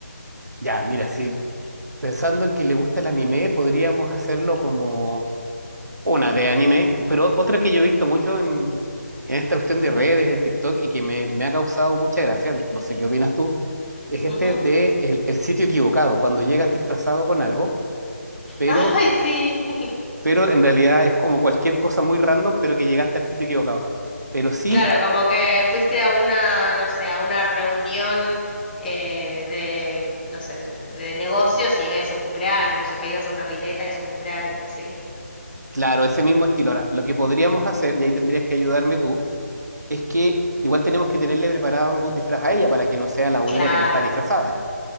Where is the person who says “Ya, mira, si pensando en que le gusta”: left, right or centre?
Right